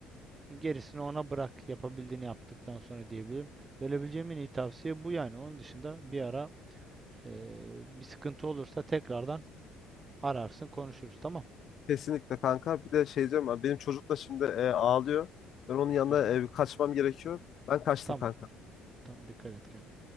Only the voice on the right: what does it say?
gerisini ona bırak. Yapabildiğini yaptıktan sonra diyebilirim. Verebileceğim en iyi tavsiye bu yani. Onun dışında bir ara e, bir sıkıntı olursa tekrardan ararsın, konuşuruz. Tamam.
Hı hı.
Tamam.
Tamam. Dikkat et kendine.